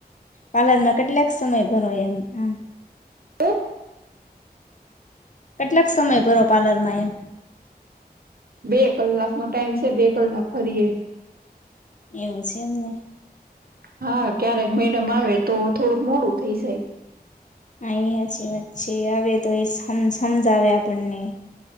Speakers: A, on the left; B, on the right.
A: પાર્લરના કેટલાક સમય ભરો એમ કામ.
B: હું.
A: કેટલાક સમય ભરો પાર્લરમાં એમ.
B: બે કલાક નો ટાઈમ છે બે કલાક ભરીએે.
A: એવું છે એમને.
B: હા ક્યારેક મેડમ આવે તો થોડુંક મોડું થઇ જાય.
A: હા એ હાચી વાત છેે આવે તો એ સમ હમજાવે આપણને.